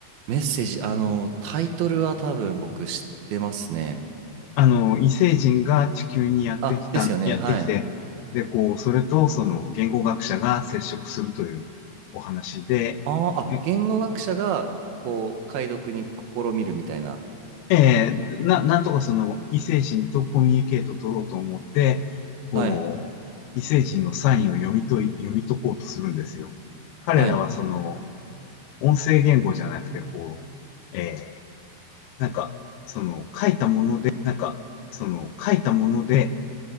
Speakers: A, on the right; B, on the left.
A: メッセージ、あの、タイトルは多分僕知ってますね。
B: あの、異星人が地球にやってきた、
A: あ、ですよね。
B: やってきて、
A: はい。
B: で、こう、それとその言語学者が接触するというお話で、
A: あーあ、
B: え、
A: 言語学者が、こう、解読に試みるみたいな。
B: えーな、なんとかその異星人とコミュニケートを取ろうと思って、こう、
A: はい。
B: 異星人のサインを読み解い、読み解こうとするんですよ。彼らはその、
A: はい。
B: 音声言語じゃなくて、こう、えーなんか、その、書いたもの、なんか、その、書いたもので、